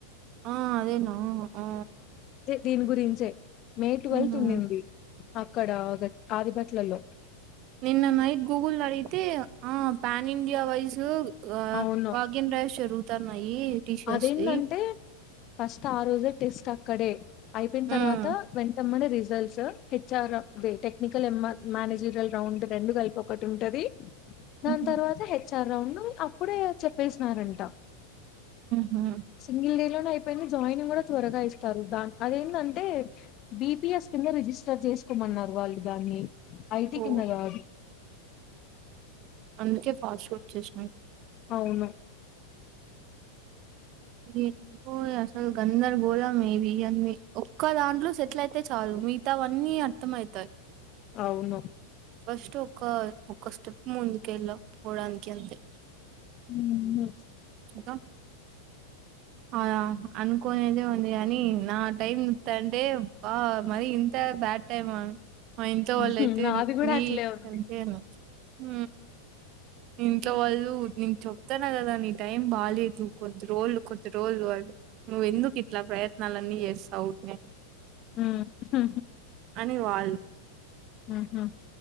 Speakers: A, on the right; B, on the left.
A: ఆ అదేనా ఆ
B: దీని గురించే మే ట్వెల్త్
A: ఉహు
B: ఉండింది అక్కడ గ ఆదిబట్లలో
A: నిన్న నైట్ గూగుల్ నడిగితే ఆ ప్యాన్ ఇండియా వైస్ ఊ వావ్
B: అవును
A: వాకింగ్ డ్రైవ్ షురూ <unintelligible> ఈ టీషర్ట్స్
B: అదేందంటే
A: ది
B: ఫస్ట్ ఆ రోజె టెస్ట్ ఆ అక్కడే అయిపోయిన
A: హ్మ్.
B: తర్వాత వెంటమ్మని తీస్ జెల్స్ హెచ్ఆర్ టెక్నికల్ మేనేజల్ రౌండ్ రెండు కలిపి ఒకటి ఉంటంది
A: హ్మ్.
B: దాన్ తర్వాత హెచ్ఆర్ రౌండు ను అప్పుడే చెప్పేసినారంట
A: హుహు.
B: సింగిల్ డేలోనే అయిప్ కెళ్ళి జాయినింగ్ కూడా త్వరగా ఇస్తారు దా అదేంటంటే బిపిఎస్ కింద రిజిస్టర్ చేసుకోమన్నారు వాళ్ళు దాన్ని ఐటి
A: ఓ
B: కింద కాదు
A: అందుకే ఫాస్ట్ ఫుడ్ చేసినమ్
B: ఆవును
A: ఎందుకో అసలు గందరగోళ మే బి అన్ని ఒక్క దాంట్లో సెటిలయితే చాలు మిగతావన్నీ అర్థంఐతాయి
B: అవును
A: ఫస్ట్ ఒక్క ఒక్క స్టెప్ ముందుకు వెళ్ళ పోవడానికి అంతే
B: ఉ మ్
A: ఇంకా అదా అనుకొనేదే ఉంది కాని నా టైం చూత్తాంటే బా మరి ఇంత బ్యాడ్ టైమ్ ఆ మా ఇంట్లో
B: ఉహు.
A: వాళ్ళయితే
B: నాది కూడా
A: నీకంటే
B: అట్లే ఉంది
A: హ ఇంట్లో వాళ్ళు నిను చెప్తానా కదా నీ టైమ్ బాలేదు కొద్ది రోజులు కొద్ది రోజులు వాళ్ళు నువ్వు ఎందుకు ఇట్లా ప్రయత్నాలు అని చేస్ అవుట్ నే
B: మ్ హు
A: అని వాళ్ళు
B: ఊహూ